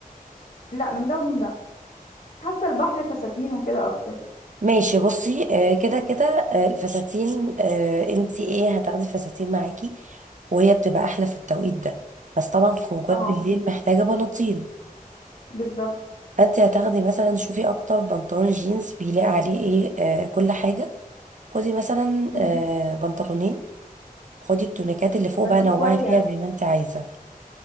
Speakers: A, on the left; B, on the right.
A: لا من ده ومن ده بس حاسه البحر فساتين وكده اكتر
B: ماشي بصي آه، كده كده آه، الفساتين آه، انتي ايه هتاخدي فساتين معاكي وهي بتبقى احلى في التوقيت ده بس طبعا الخروجات
A: اه
B: بالليل محتاجه بناطيل
A: بالظبط
B: فانتي هتاخدي مثلا شوفي اكتر بنطلون جينز بيلاقي عليه ايه آه، كل حاجه خدي مثلا
A: مم.
B: آه، بنطلونين خدي التونيكات اللي فوق
A: بس
B: بقى نوعي
A: شويه
B: فيها زي ما انتي عايزه